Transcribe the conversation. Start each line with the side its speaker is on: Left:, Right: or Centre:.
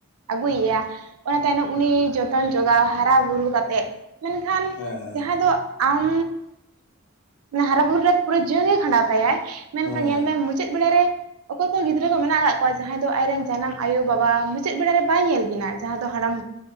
Right: ᱟᱹᱜᱩᱭ ᱮᱭᱟ, ᱚᱱᱟ ᱛᱟᱭᱱᱚᱢ ᱩᱱᱤ ᱡᱚᱛᱚᱱ ᱡᱚᱜᱟᱣ ᱦᱟᱨᱟᱼᱵᱩᱨᱩ ᱠᱟᱛᱮᱫ, ᱢᱮᱱ ᱠᱷᱟᱱ
Left: ᱦᱮᱸ ᱦᱮᱸ ᱦᱮᱸ
Right: ᱡᱟᱦᱟᱸ ᱫᱚ ᱟᱢᱻ ᱦᱟᱨᱟ ᱵᱩᱨᱩ ᱨᱮ ᱯᱩᱨᱟᱹ ᱡᱤᱭᱚᱱ ᱜᱮᱭ ᱠᱷᱟᱸᱰᱟᱣ ᱛᱟᱭᱟᱭ ᱢᱮᱱᱠᱷᱟᱱ
Left: ᱦᱮᱸ
Right: ᱧᱮᱞ ᱢᱮ ᱢᱩ ᱢᱩᱪᱟᱹᱫ ᱵᱮᱲᱟ ᱨᱮ ᱚᱠᱚᱭ ᱠᱚ ᱜᱤᱫᱽᱨᱟᱹ ᱠᱚ ᱢᱮᱱᱟᱜ ᱟᱠᱟᱫ ᱠᱚᱣᱟ ᱡᱟᱦᱟᱸᱭ ᱫᱚ ᱟᱡ ᱨᱮᱱ ᱡᱟᱱᱟᱢ ᱟᱭᱳ-ᱵᱟᱵᱟ ᱢᱩᱪᱟᱹᱫ ᱵᱮᱲᱟ ᱨᱮ ᱵᱟᱭ ᱧᱮᱞ ᱠᱤᱱᱟ, ᱡᱟᱦᱟᱸ ᱫᱚ ᱦᱟᱲᱟᱢ